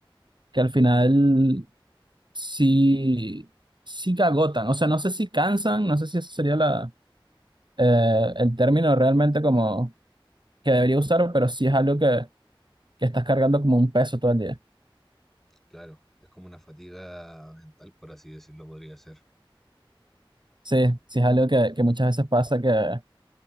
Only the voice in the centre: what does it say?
claro, es como una fatiga mental, por así decirlo, podría ser,